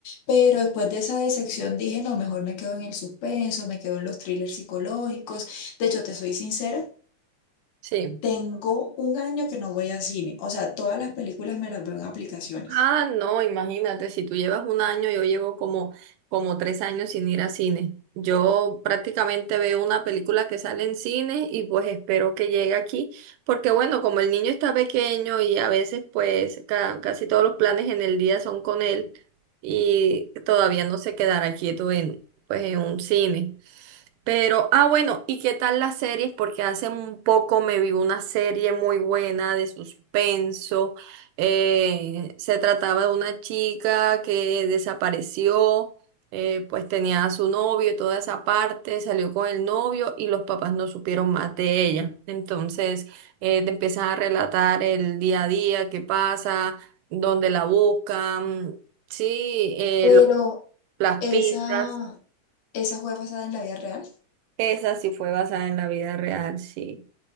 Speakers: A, on the left (about 75°); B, on the right (about 80°).
A: Pero después de esa decepción dije, no, mejor me quedo en el suspenso, me quedo en los thrillers psicológicos. De hecho, te soy sincera,
B: Sí.
A: tengo un año que no voy a cine. O sea, todas las películas me las veo en aplicaciones.
B: Ah, no, imagínate, si tú llevas un año, yo llevo como, como tres años sin ir a cine. Yo prácticamente veo una película que sale en cine y pues espero que llegue aquí, porque bueno, como el niño está pequeño y a veces pues ca- casi todos los planes en el día son con él y todavía no se quedará quieto en, pues, en un cine. Pero, ah, bueno, ¿y qué tal las series? Porque hace un poco me vi una serie muy buena de suspenso. Eh, se trataba de una chica que desapareció, eh, pues tenía a su novio y toda esa parte, salió con el novio y los papás no supieron más de ella. Entonces, eh, te empiezan a relatar el día a día, qué pasa, dónde la buscan, sí, eh,
A: Pero
B: lo- las
A: esa,
B: pistas.
A: esa fue basada en la vida real.
B: Esa sí fue basada en la vida real, sí.